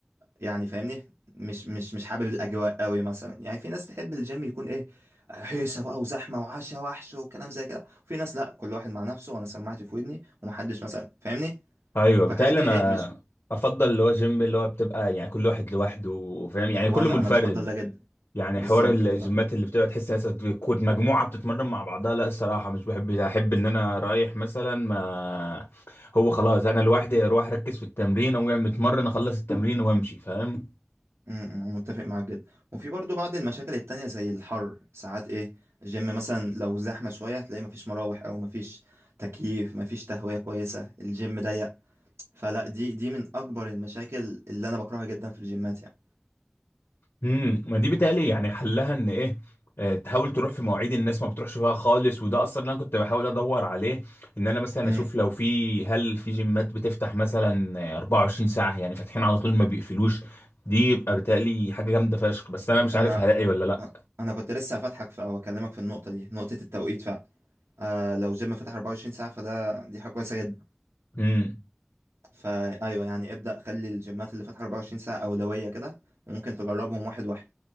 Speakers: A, on the right; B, on the left.
A: يعني فاهمني مش مش مش حابب الاجواء قوي مثلا يعني في ناس تحب الجيم يكون ايه هيصه بقى وزحمه وعشا وحش وكلام زي كده وفي ناس لا كل واحد مع نفسه وانا سماعتي في ودني ومحدش مثلا فاهمني
B: ايوه
A: فالحاجات
B: بتهيألي
A: دي
B: انا
A: ايه مش
B: افضل اللي هو جيم اللي هو بتبقى يعني كل واحد لوحده فاهم يعني
A: وانا
B: كله منفرد
A: انا بفضل ده جدا
B: يعني
A: بالظبط
B: حوار الجيمات
A: بالظبط
B: اللي بتبقى تحس ناس بتكون مجموعة بتتمرن مع بعضها لا الصراحة مش بحب ده أحب إن أنا رايح مثلا ما هو خلاص أنا لوحدي أروح أركز في التمرين أقوم جاي متمرن أخلص التمرين وأمشي فاهم؟
A: م- م- متفق معاك جدا وفي برضو بعض المشاكل التانية زي الحر ساعات ايه الجيم مثلا لو زحمه شويه تلاقي مفيش مراوح او مفيش تكييف مفيش تهويه كويسه الجيم ضيق فلا دي دي من اكبر المشاكل اللي انا بكرهها جدا في الجيمات يعني
B: امم ما دي بتهيألي يعني حلها إن إيه آه، تحاول تروح في مواعيد الناس ما بتروحش فيها خالص وده اصلا اللي انا كنت بحاول ادور عليه ان انا مثلا
A: امم
B: اشوف لو في هل في جيمات بتفتح مثلا آه، 24 ساعه يعني فاتحين على طول ما بيقفلوش دي يبقى بتهيألي حاجه جامده فشخ بس انا مش
A: انا
B: عارف هلاقي ولا لا
A: انا كنت لسه هفتحك في او اكلمك في النقطه دي نقطه التوقيت فعلا آه لو جيم فتح 24 ساعه فده دي حاجه كويسه جدا
B: امم
A: فايوه يعني ابدا خلي الجيمات اللي فاتحه 24 ساعه اولويه كده وممكن تجربهم واحد واحد